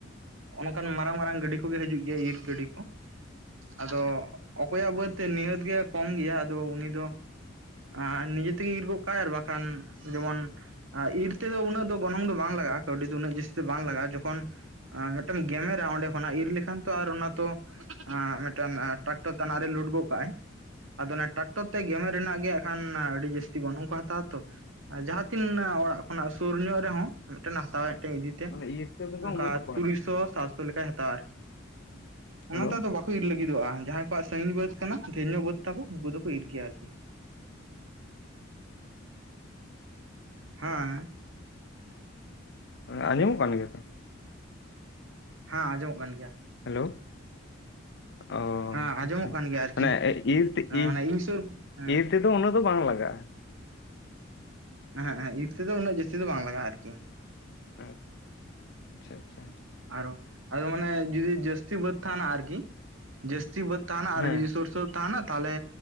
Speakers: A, on the right; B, on the left.
A: ᱚᱱᱠᱟᱱ ᱢᱟᱨᱟᱝ ᱢᱟᱨᱟᱝ ᱜᱟᱹᱰᱤ ᱠᱚᱜᱮ ᱦᱤᱡᱩᱜ ᱜᱮᱭᱟ ᱤᱨ ᱜᱟᱹᱰᱤ ᱠᱚ᱾ ᱟᱫᱚ ᱚᱠᱚᱭᱟᱜ ᱵᱟᱹᱫᱽᱛᱮ ᱱᱤᱦᱟᱹᱛ ᱜᱮ ᱠᱚᱢ ᱜᱮᱭᱟ ᱟᱫᱚ ᱩᱱᱤ ᱫᱚᱼᱼ ᱟᱸ ᱱᱤᱡᱮ ᱛᱮᱜᱮ ᱤᱨ ᱜᱚᱜ ᱠᱟᱼᱟᱭ ᱟᱨ ᱵᱟᱠᱷᱟᱱ ᱡᱮᱢᱚᱱᱼᱼ ᱟᱨ ᱤᱨ ᱛᱮᱫᱚ ᱩᱱᱟᱹᱜ ᱫᱚ ᱜᱚᱱᱚᱝ ᱫᱚ ᱵᱟᱝ ᱞᱟᱜᱟᱜᱼᱟ ᱠᱟᱹᱣᱰᱤ ᱫᱚ ᱩᱱᱟᱹᱜ ᱡᱟᱹᱥᱛᱤ ᱫᱚ ᱵᱟᱝ ᱞᱟᱜᱼᱟ ᱡᱚᱠᱷᱚᱱ ᱟᱨ ᱢᱤᱫᱴᱟᱝ ᱜᱮᱢᱮᱨᱟ ᱚᱸᱰᱮ ᱠᱷᱚᱱᱟᱜ ᱤᱨ ᱞᱮᱠᱷᱟᱱ ᱛᱚ ᱟᱨ ᱚᱱᱟ ᱛᱚᱼᱼ ᱢᱤᱫᱴᱮᱱ ᱴᱨᱟᱠᱴᱚᱨ ᱛᱟᱱᱟᱜ ᱨᱮ ᱞᱳᱰ ᱠᱟᱜ ᱟᱫᱚ ᱚᱱᱟ ᱴᱨᱟᱠᱴᱚᱨ ᱛᱮ ᱜᱮᱢᱮᱨ ᱨᱮᱱᱟᱜ ᱜᱮ ᱮᱠᱷᱟᱱ ᱟᱹᱰᱤ ᱡᱟᱹᱥᱛᱤᱼᱼ ᱛᱤ ᱜᱚᱱᱚᱝ ᱠᱚ ᱦᱟᱛᱟᱣ ᱛᱚ ᱟ ᱡᱟᱦᱟ ᱛᱤᱱᱱᱟᱹᱜ ᱚᱲᱟᱜ ᱠᱷᱚᱱᱟᱜ ᱥᱩᱨ ᱧᱚᱜ ᱨᱮᱦᱚᱸ, ᱢᱮᱜᱴᱮᱱᱮ ᱦᱟᱛᱟᱣᱮᱫ ᱛᱮ, ᱤᱫᱤᱛᱮ
B: ᱢᱟᱱᱮ ᱤᱨ ᱛᱮᱫᱚ
A: ᱚᱝᱠᱟ
B: ᱩᱱᱟᱹᱜ ᱵᱟᱠᱚ
A: ᱛᱩᱨᱩᱭ
B: ᱦᱟᱛᱟᱣᱟ
A: ᱥᱚ, ᱥᱟᱛᱥᱚ ᱞᱮᱠᱟᱭ ᱦᱟᱛᱟᱣᱟ, ᱟᱨᱠᱤ᱾ ᱚᱱᱟᱛᱮ
B: ᱦᱮᱞᱳ
A: ᱟᱫᱚ ᱵᱟᱠᱚ ᱤᱨ ᱞᱟᱹᱜᱤᱫᱚᱜᱼᱟ᱾ ᱡᱟᱦᱟᱸᱭ ᱠᱚᱣᱟᱜ ᱥᱟᱺᱜᱤᱧ ᱵᱟᱹᱫᱽ ᱠᱟᱱᱟ ᱫᱷᱮᱨ ᱧᱚ ᱵᱟ. ᱫᱽ ᱛᱟᱠᱚ ᱩᱝᱠᱩ ᱫᱚᱠᱚ ᱤᱨ ᱜᱮᱭᱟ ᱟᱨᱠᱤ᱾ ᱦᱟᱶᱮ᱾
B: ᱮᱸ ᱟᱸᱡᱚᱢᱚᱜ ᱠᱟᱱ ᱜᱮᱭᱟ ᱛᱚ᱾
A: ᱦᱟᱸ, ᱟᱸᱡᱚᱢᱚᱜ ᱠᱟᱱ ᱜᱮᱭᱟ᱾
B: ᱦᱮᱹᱞᱳᱣ᱾ ᱚ
A: ᱦᱮᱸ ᱟᱸᱡᱚᱢᱚᱜ
B: ᱟᱪᱪᱷᱟ,
A: ᱠᱟᱱ ᱜᱮᱭᱟ ᱟᱨᱠᱤ
B: ᱢᱟᱱᱮ ᱤᱨ ᱛᱤᱜᱼᱤ,
A: ᱢᱟᱱᱮ ᱤᱧ ᱥᱩᱨ ᱦᱮᱸ
B: ᱤᱨ ᱛᱮᱫᱚ, ᱩᱱᱟᱹᱜ ᱫᱚ ᱵᱟᱝ ᱞᱟᱜᱟᱜᱼᱟ᱾
A: ᱮᱸᱦᱮᱸᱜ-ᱮᱸᱦᱮᱸᱜ ᱤᱨ ᱛᱮᱫᱚ, ᱩᱱᱟᱹᱜ ᱡᱟᱹᱥᱛᱤ ᱫᱚ ᱵᱟᱝ ᱞᱟᱜᱟᱜᱼᱟ, ᱟᱨᱠᱤ᱾
B: ᱩᱸᱜ ᱪᱷᱟ-ᱪᱷᱟ᱾
A: ᱟᱨᱚ ᱟᱫᱚ ᱢᱟᱱᱮ ᱡᱩᱫᱤ ᱡᱟᱹᱥᱛᱤ ᱵᱟᱹᱫᱽ ᱛᱷᱟᱱᱟ, ᱟᱨᱠᱤ᱾ ᱡᱟᱹᱥᱛᱤ ᱵᱟᱹᱫᱽ ᱛᱷᱟᱱᱟ ᱟᱨ
B: ᱦᱮᱸ
A: ᱡᱩᱫᱤ ᱥᱩᱨ-ᱥᱩᱨ ᱛᱟᱦᱟᱱᱟᱜ ᱛᱟᱞᱮ